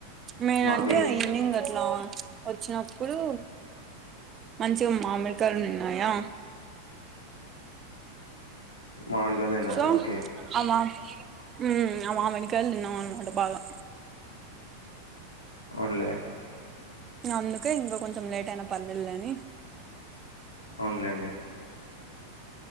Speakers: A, on the right; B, on the left.
A: నేనంటే
B: మాకి
A: ఈవినింగ్ అట్లా వచ్చినప్పుడు మంచిగా మామిడి కాయలు ఉన్నాయా
B: మామిడికాయలు తిన్నారు
A: సో
B: ఓకే
A: అలా హ్మ్ ఆ మామిడికాయలు తిన్నామన్నమాట బాగా
B: అవున్లే
A: అందుకే ఇంకా కొంచెం లేట్ అయిన పర్లేదులే అని
B: అవునులేండి